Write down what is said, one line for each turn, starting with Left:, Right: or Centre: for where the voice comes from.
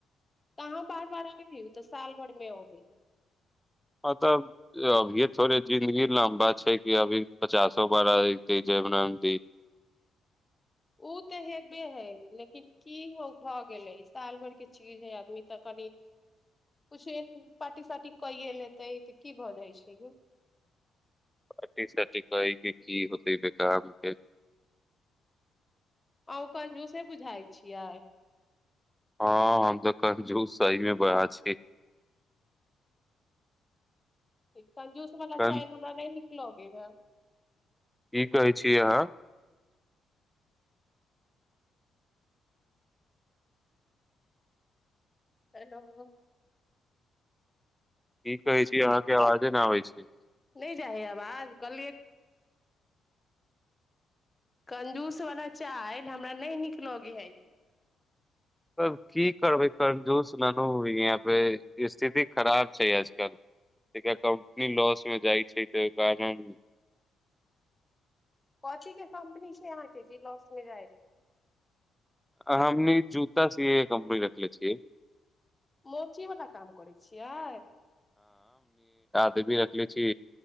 Left: तहाँ बार बार अबे है उ तऽ साल भर मे अबै है
Centre: अ तबभ थोड़े जिन्दगी ल बात छै कि अभी पचासो बारी जेब नाम दी
Left: ओ तऽ हेबे है लेकिन की भऽ गेलै साल भर के चीज है आदमी तऽ कनि कछो एन पार्टी सार्टी कयए लेतै तऽ की भऽ जाइ छै यौ
Centre: पार्टी सेटिफाइंग की होतै बे कामके
Left: अहूँ कंजूसे बुझाइ छियै
Centre: हँ हम तऽ कंजूस सहीमे बा छी
Left: <inaudible> त ज्यूस मरा
Centre: कन
Left: चाय मनना नहि लोगे ग
Centre: की कहै छी अहाँ
Left: हेलो
Centre: की कहै छी अहाँके आवाज न आबै छै
Left: नहि जाय हय आबाज कहलिये कंजूस वला चालि हमरा नहि नीक लगै हइ
Centre: तब की करबै कमजोस हो यहाँ पे स्थिति खराब छै आजकल कम्पनी लॉस मे जाइ छै तऽहि कारण
Left: कथी के कम्पनी छै अहाँके जे लॉस मे जाय
Centre: हमनी जूता स कम रखले छियै
Left: मौचीवला काम करै छियै
Centre: भी रखले छी